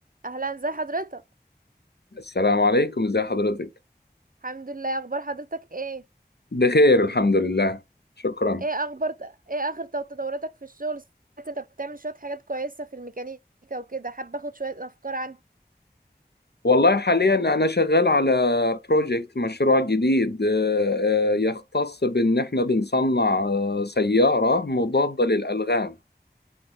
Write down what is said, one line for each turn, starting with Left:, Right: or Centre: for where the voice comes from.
Right: اهلا زي حضرتك
Left: السلام عليكم ازي حضرتك
Right: الحمد لله اخبار حضرتك ايه
Left: بخير الحمد لله شكرا
Right: ايه اخبار ايه اخر تو- تطوراتك في الشغل سمعت انت بتعمل شوية حاجات كويسة في الميكانيكا وكده حابة اخد شوية افكار عن
Left: والله حاليا انا شغال على بروجكت مشروع جديد آه، آه، يختص بان احنا بنصنع آه، سيارة مضادة للألغام